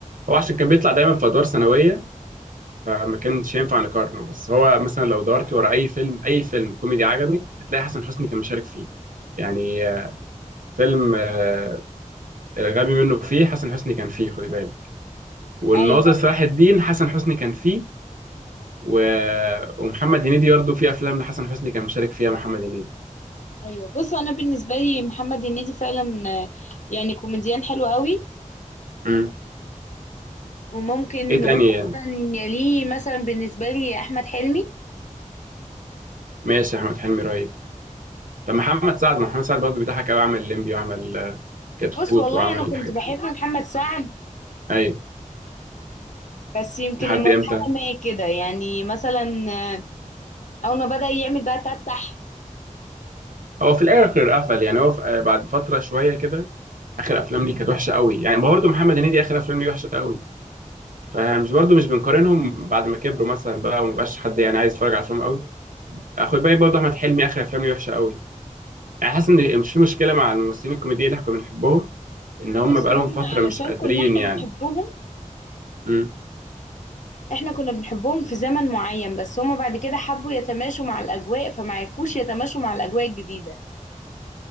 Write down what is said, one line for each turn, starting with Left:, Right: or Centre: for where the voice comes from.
Right: هو عشان كان بيطلع دايما في ادوار ثانويه فما كانش ينفع نقارنه بس هو مثلا لو دورت ورا اي فيلم اي فيلم كوميدي عجبك هتلاقي حسن حسني كان مشارك فيه يعني آه، فيلم آه، الغبي منه فيه حسن حسني كان فيه خدي بالك والناظر
Left: ايوه
Right: صلاح الدين حسن حسني كان فيه و... ومحمد هنيدي برضه في افلام لحسن حسني كان مشارك فيها محمد هنيدي
Left: ايوه بص انا بالنسبه لي محمد هنيدي فعلا آه، يعني كوميديان حلو قوي
Right: امم
Left: وممكن
Right: ايه
Left: نقول
Right: تاني يعني؟
Left: مثلا يليه مثلا بالنسبه لي احمد حلمي
Right: ماشي احمد حلمي رهيب طب محمد سعد ما محمد سعد برضه بيضحك قوي عمل الليمبي وعمل آه، كتكوت
Left: بص والله
Right: وعمل
Left: انا كنت
Right: حاجات
Left: بحب
Right: كتير
Left: محمد سعد
Right: ايوه
Left: بس يمكن
Right: لحد
Left: لمرحله
Right: امتى
Left: ما كده يعني مثلا آه، اول ما بدأ يعمل بقى تتح
Right: هو في الاخر قفل يعني هو في... آه، بعد فتره شويه كده اخر افلام ليه كانت وحشه قوي يعني برضه محمد هنيدي اخر افلام ليه وحشه قوي فمش برضو مش بنقارنهم بعد ما كبروا مثلا بقى ومبقاش حد يعني عايز يتفرج على افلامهم قوي خد بالك برضو احمد حلمي اخر افلامه وحشه قوي يعني حاسس ان مش في مشكله مع الممثلين الكوميديين اللي احنا كنا بنحبهم ان هم
Left: بص
Right: بقالهم
Left: هم
Right: فتره
Left: علشان
Right: مش قادرين
Left: كنا احنا
Right: يعني
Left: بنحبهم
Right: مم.
Left: احنا كنا بنحبهم في زمن معين بس هم بعد كده حبوا يتماشوا مع الاجواء فما عرفوش يتماشوا مع الاجواء الجديده